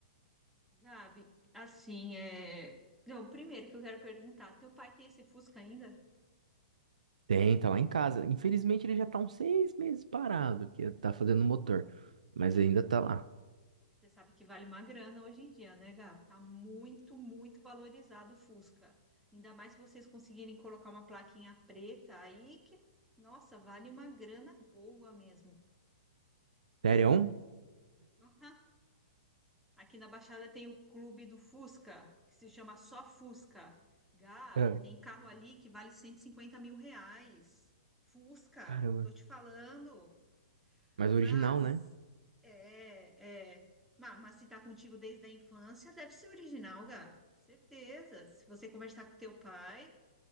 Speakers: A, in the centre; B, on the right.
A: Gabi, assim, é... Não, primeiro que eu quero perguntar, teu pai tem esse Fusca ainda?
B: Tem, tá lá em casa. Infelizmente ele já tá uns seis meses parado, que é, tá fazendo motor. Mas ainda tá lá.
A: Você sabe que vale uma grana hoje em dia, né, Gá? Tá muito, muito valorizado o Fusca. Ainda mais se vocês conseguirem colocar uma plaquinha preta aí, que, nossa, vale uma grana boa mesmo.
B: Sério?
A: Aham. Aqui na Baixada tem o clube do Fusca, que se chama só Fusca. Gabi,
B: É.
A: tem carro ali que vale cento e cinquenta mil reais. Fusca,
B: Caramba.
A: tô te falando.
B: Mas
A: Mas,
B: original, né?
A: é, é, ma- mas, se tá contigo desde a infância, deve ser original, Gá. Certeza. Se você conversar com teu pai,